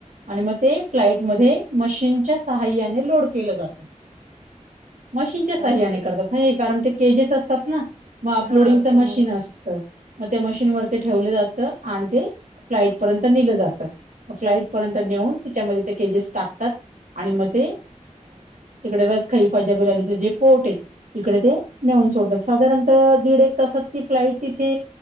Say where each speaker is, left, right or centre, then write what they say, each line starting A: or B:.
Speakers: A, on the right; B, on the right.
A: आणि मग ते फ्लाइट मध्ये मशीनच्या सहाय्याने लोड केलं जातं मशी
B: हा
A: स नाही
B: ते
A: करतात कारण ते केजेस असतात ना मग
B: हा
A: अपलोडिंगच
B: हा
A: मशीन असतं मग त्या मशीनवर ते ठेवलं जात आणि ते फ्लाईट पर्यंत नेलं जातं फ्लाइट पर्यंत नेऊन त्याच्यामध्ये ते केजेस टाकतात आणि मग ते तिकडे रस खाई फजाबि पोर्ट आहे इकडे ते नेऊन सोडतात साधारणत दीड एक तास फ्लाईट तिथे